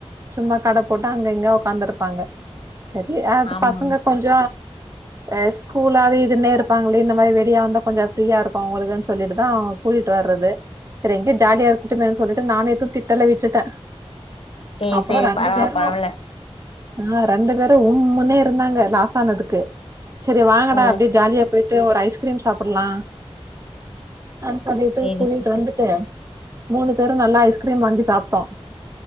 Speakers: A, on the right (about 30°); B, on the left (about 60°).
A: சும்மா கட போட்டு அங்க இங்க உக்காந்துருப்பாங்க செரி அது
B: ஆமா
A: பசங்க கொஞ்ச அ ஸ்கூலாவி இதுனே இருப்பாங்களே இந்த மாரி வெளிய வந்தா கொஞ்ச ஃப்ரீயா இருக்கு அவுங்களுக்குன் சொல்லிட்டு தா கூட்டிட் வர்றது செரி எங்க்யோ ஜாலியா இருக்கட்டு மேன்னு சொல்லிட்டு நானு எது திட்டல விட்டுட்ட
B: சரி
A: அப்புறோ
B: சரி
A: ரெண்டு
B: பரவால்ல
A: பேரு
B: பரவால்ல
A: ஆ ரெண்டு பேரு உண்முன்னே இருந்தாங்க லாஸ் ஆனதுக்கு செரி வாங்கடா
B: ஓ
A: அப்டி யே போயிட்டு ஒரு ஐஸ்கிரீம் சாப்புட்லா ஃப்ரெண்ட்ஸ் வந்துட்டு
B: சேரி
A: கூட்டிட் வந்துட்டு மூணு பேரு நல்லா ஐஸ்கிரீம் வாங்கி சாப்ட்டோ